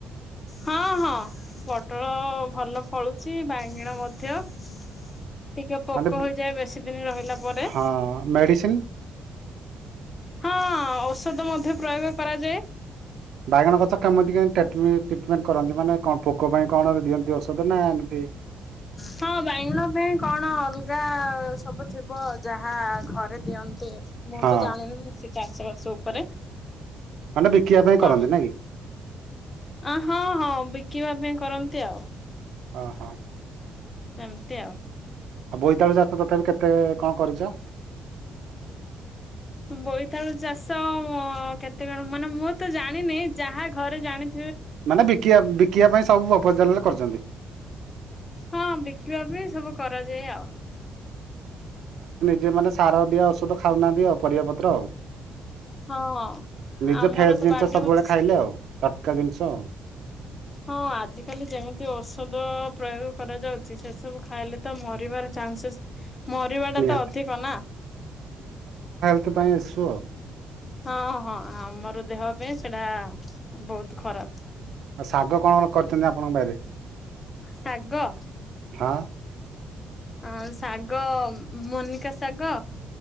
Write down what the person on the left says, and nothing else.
ହଁ ହଁ ପୋଟଳ ଭଲ। ଫଳୁଚି ବାଇଙ୍ଗଣ ମଧ୍ୟ। ଟିକେ ପୋକ
ହେଇଯାଏ ବେଶୀ ଦିନ ରହିଲା ପରେ।
ହଁ ଔଷଧ ମଧ୍ୟ ପ୍ରୟୋଗ କରାଯାଏ।
ହଁ ବାଙ୍ଗଳା ପାଇଁ କଣ ଅଲଗା? ସବୁ ଥିବ ଯାହା ଘରେ ଦିଅନ୍ତି ମୁଁ
ତ ଜାଣିନି। ଚାଷ ବାସ ଉପରେ।
କଣ
ଅ ହଁ ହଁ ବିକିବା ପାଇଁ କରନ୍ତି ଆଉ।
ସେମତି ଆଉ।
ବୋଇତାଳୁ ଚାଷ କେତେ କଣ? ମାନେ ମୁଁ ତ ଜାଣିନି, ଯାହା ଘରେ ଜାଣି
ହଁ ବିକିବା ପାଇଁ ସବୁ କରାଯାଏ ଆଉ
ହଁ
ଆମର
ତ
ବାଡିରେ
ହଉଛି।
ହଁ ଆଜିକାଲି ଯେମିତି ଔଷଧ ପ୍ରୟୋଗ କରାଯାଉଛି, ସେସବୁ ଖାଇଲେ ତ ମରିବାର ଚାନ୍ସେସ, ମରିବା ଟା
ତ ଅଧିକ ନା
ହଁ, ହଁ, ଆମର ଦେହ ପାଇଁ ସେଟା ବହୁତ ଖରାପ ।
ଶାଗ
ଆ ଶାଗ -ମୋନିକା ଶାଗ